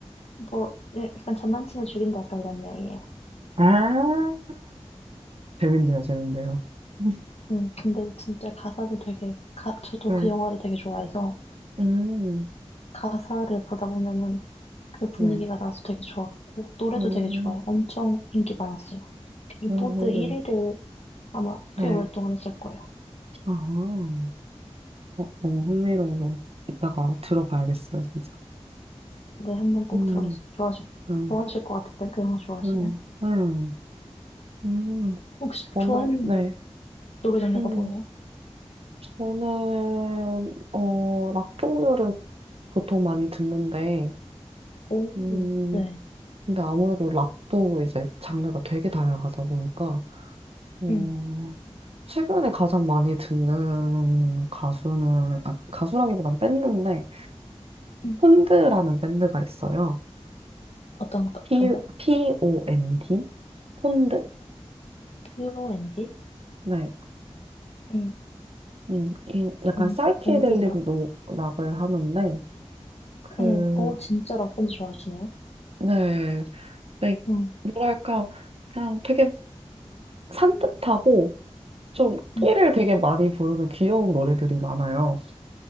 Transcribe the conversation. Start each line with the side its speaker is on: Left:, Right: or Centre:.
Left: 뭐, 예, 약간 전 남친을 죽인다 약간 이런 내용이에요.
Right: 아 재밌네요, 재밌네요. <laughs>
Left: 음, 근데 진짜 가사도 되게, 가, 저도
Right: 네.
Left: 그 영화를 되게 좋아해서
Right: 음,
Left: 가사를 보다 보면은 그 분위기가
Right: 네.
Left: 나서 되게 좋았고, 노래도
Right: 어,
Left: 되게 좋아요. 엄청 인기 많았어요. 빌보드
Right: 오,
Left: 1위를 아마
Right: 네.
Left: 꽤 오랫동안 했을 거예요.
Right: 아, 어, 너무 흥미로워서 이따가 들어봐야겠어요, 진짜.
Left: 네, 한번 꼭
Right: 음,
Left: 들어보세요. 좋아하실,
Right: 음,
Left: 좋아하실 것 같은데, 그 영화 좋아하시면.
Right: 음, 음, 음,
Left: 혹시
Right: 저는,
Left: 좋아하는
Right: 네.
Left: 노래 장르가
Right: 음,
Left: 뭐예요?
Right: 저는, 어, 락 종류를 보통 많이 듣는데,
Left: 오,
Right: 음,
Left: 네.
Right: 근데 아무래도 락도 이제 장르가 되게 다양하다 보니까, 어,
Left: 음,
Right: 최근에 가장 많이 듣는 가수는, 아, 가수라기보단 밴드인데,
Left: 음.
Right: 폰드라는 밴드가 있어요.
Left: 어떤 거-
Right: P,
Left: 밴드?
Right: P-O-N-D? 폰드?
Left: B.O.N.D?
Right: 네.
Left: 음,
Right: 음, 이- 약간
Left: 음,
Right: 사이키델릭
Left: 밴드죠.
Right: 락을 하는데, 그,
Left: 음, 오, 진짜 락밴드 좋아하시네요.
Right: 네, 네,
Left: 음,
Right: 뭐랄까, 그냥 되게 산뜻하고, 좀 끼를
Left: 음.
Right: 되게 많이 부르는 귀여운 노래들이 많아요.